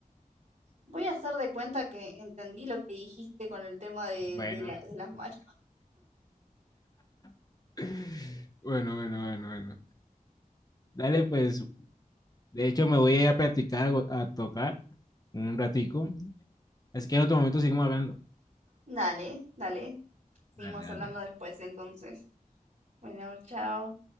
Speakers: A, on the right; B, on the left.
A: voy a hacer de cuenta que entendí lo que dijiste con el tema de,
B: Bueno,
A: de la- de las manos.
B: <clears throat> <laughs> bueno, bueno, bueno, bueno. Dale, pues, De hecho, me voy a ir a practicar, a tocar en un ratico. Así que en otro momento seguimos hablando.
A: Dale, dale. Seguimos
B: Dale, dale.
A: hablando después entonces. Bueno, chao.